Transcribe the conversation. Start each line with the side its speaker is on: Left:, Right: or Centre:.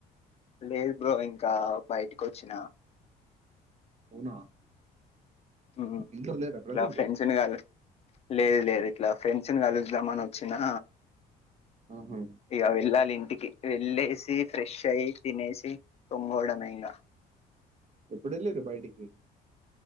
Left: లేదు బ్రో ఇంకా బయటికొచ్చిన.
Right: అవునా. !
Left: మ్ ఇట్లా
Right: ఇంట్లో లేరా ప్రజెంటు.?
Left: ఫ్రెండ్స్ని కలు లేదు, లేదు ఇట్లా ఫ్రెండ్స్న్ కలుద్దామనొచ్చినా.
Right: ఆహా.
Left: ఇగ వెళ్లాలింటి. వెళ్ళేసి, ఫ్రెషై, తినేసి, తొంగోడ. నైందా.
Right: ఎప్పుడెళ్ళిరు బయటికి.?